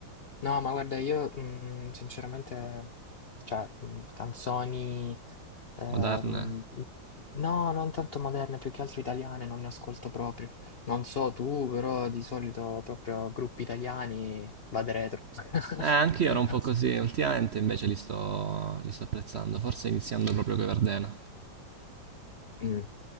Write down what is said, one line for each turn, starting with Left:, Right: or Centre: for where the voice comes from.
Left: No, ma guarda, io mm, sinceramente, cioè, mm, canzoni... Ehm,
Right: Moderne.
Left: i no, non tanto moderne, più che altro italiane, non ne ascolto proprio. Non so tu, però di solito proprio gruppi italiani vado retro. <laughs>
Right: Eh, anche io ero un po' così, ultimamente invece li sto, li sto apprezzando, forse iniziando proprio con Verdena.
Left: Mm,